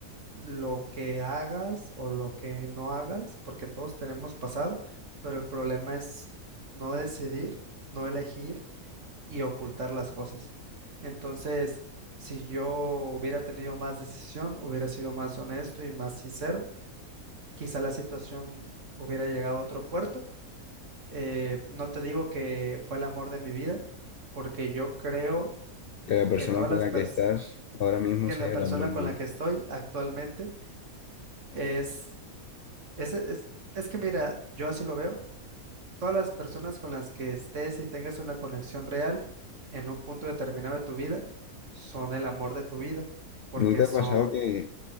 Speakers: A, on the right; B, on the left.
A: lo que hagas o lo que no hagas, porque todos tenemos pasado, pero el problema es no decidir, no elegir y ocultar las cosas. Entonces, si yo hubiera tenido más decisión, hubiera sido más honesto y más sincero, quizá la situación hubiera llegado a otro puerto. Eh, no te digo que fue el amor de mi vida, porque yo creo
B: que la persona
A: que todas
B: con
A: las
B: la
A: pers-
B: que estás ahora mismo
A: que
B: sea
A: la persona
B: el amor
A: con
B: de tu
A: la
B: vida.
A: que estoy actualmente es Es, es, es que mira, yo así lo veo. Todas las personas con las que estés y tengas una conexión real en un punto determinado de tu vida son el amor de tu vida, porque
B: ¿No te
A: son,
B: ha pasado que